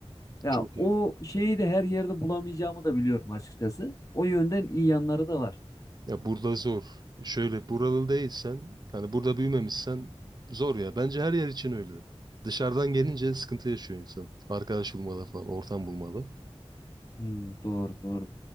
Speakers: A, on the left; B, on the right.
A: Ya
B: Çok iyi.
A: o şeyi de her yerde bulamayacağımı da biliyorum açıkçası. O yönden iyi yanları da var.
B: Ya burada zor. Şöyle buralı değilsen, hani burada büyümemişsen zor ya. Bence her yer için öyle. Dışarıdan gelince sıkıntı yaşıyor insan. Arkadaş bulmada falan, ortam bulmada.
A: Hmm, doğru doğru.